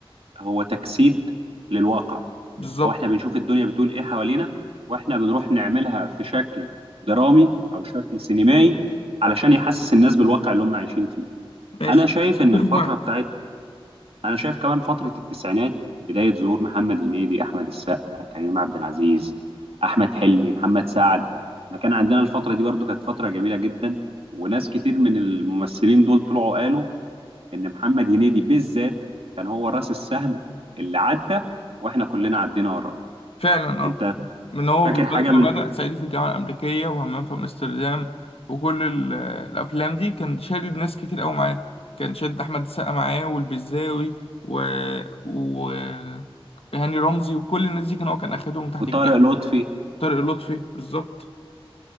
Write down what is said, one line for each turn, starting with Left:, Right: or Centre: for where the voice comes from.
Right: هو تجسيد للواقع
Left: بالظبط
Right: هو إحنا بنشوف الدنيا بتقول إيه حوالينا وإحنا بنروح نعملها في شكل درامي أو شكل سينمائي علشان يحسس الناس بالواقع اللي هم عايشين فيه
Left: ماشي
Right: أنا شايف إن
Left: اتفق
Right: الفترة
Left: معاك
Right: بتاعت انا شايف كمان فتره التسعينات بدايه ظهور محمد هنيدي احمد السقا كريم عبد العزيز احمد حلمي محمد سعد احنا كان عندنا الفتره دي برضو كانت فتره جميله جدا وناس كتير من الممثلين دول طلعوا قالوا ان محمد هنيدي بالذات كان هو راس السهم اللي عدى واحنا كلنا عدينا وراه
Left: فعلا اه
Right: انت
Left: من هو
Right: فاكر
Left: ب-
Right: حاجه
Left: ما
Right: من
Left: بدأ صعيدي في الجامعة الأمريكية وهمام في أمستردام وكل ال- الأفلام دي كان شادد ناس كتير أوي معاه كان شادد أحمد السقا معاه والبزاوي و... و... هاني رمزي وكل الناس دي كان هو كان أخدهم تحت
Right: وطارق
Left: جناحه
Right: لطفي
Left: طارق لطفي بالظبط